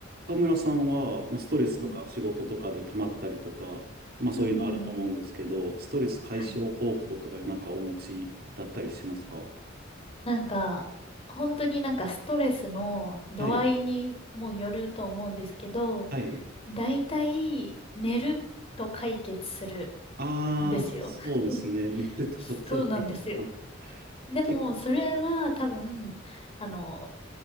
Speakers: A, on the right (about 50°); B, on the left (about 30°).
A: 岡村さんは、まあ、ストレスとか仕事とかで溜まったりとか、
B: うん、
A: まあそういうのあると思うんですけど、
B: うん、うん、うん。
A: ストレス解消方法とかでなんかお持ちだったりしますか
B: はい。なんか、本当になんかストレスの度合いにもよると思うんですけど、
A: はい。はい。
B: 大体寝ると解決する
A: ああ、
B: んですよ。
A: そうですね。
B: <laughs>
A: <laughs> 寝ると、
B: そうなんですよ。
A: それでいいかな。
B: でも、
A: け、
B: それは多分、あの、